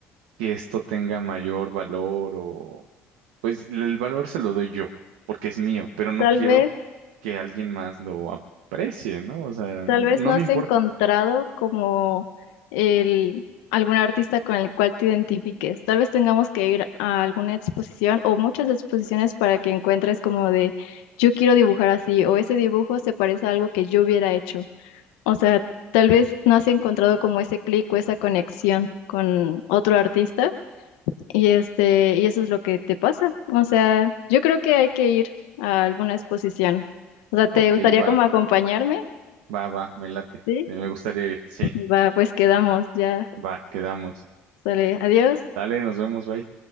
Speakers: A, on the right; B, on the left.
A: que esto tenga mayor valor o... Pues el valor se lo doy yo, porque es mío, pero no
B: Tal
A: quiero
B: vez,
A: que alguien más lo aprecie, ¿no? O sea,
B: tal
A: no
B: vez no
A: me
B: has
A: importa.
B: encontrado como el, algún artista con el cual te identifiques. Tal vez tengamos que ir a alguna exposición o muchas exposiciones para que encuentres como de yo quiero dibujar así o ese dibujo se parece a algo que yo hubiera hecho. O sea, tal vez no has encontrado como ese clic o esa conexión con otro artista y este, y eso es lo que te pasa. O sea, yo creo que hay que ir a alguna exposición. O sea, ¿te
A: Ok,
B: gustaría
A: va,
B: como acompañarme?
A: va, va, me late.
B: Sí,
A: Eh, Me gustaría ir, sí,
B: va, pues quedamos, ya,
A: va, quedamos.
B: sale, adiós.
A: Dale, nos vemos, bye.